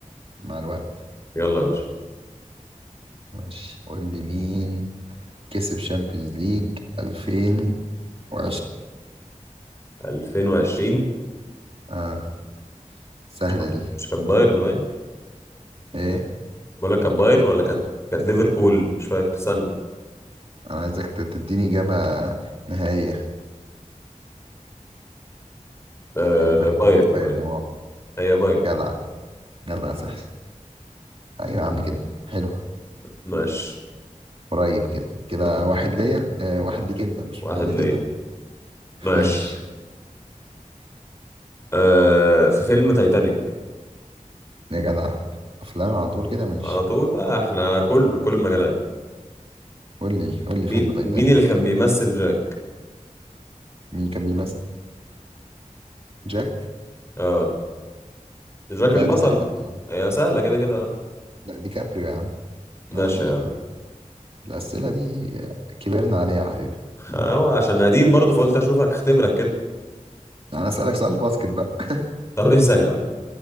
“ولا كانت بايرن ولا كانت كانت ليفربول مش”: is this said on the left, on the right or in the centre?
Left